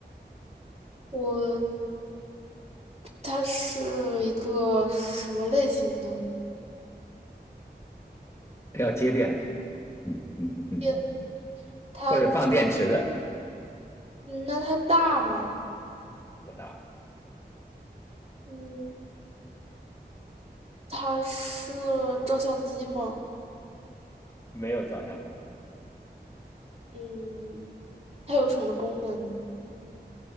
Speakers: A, on the right; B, on the left.
A: 我它是一个什么类型的
B: 要接电的，嗯嗯嗯嗯，
A: 店？它，
B: 或者放电池的，
A: 嗯那它大吗？
B: 不大，
A: 嗯，它是照相机吗？
B: 没有照相功能。
A: 嗯，它有什么功能？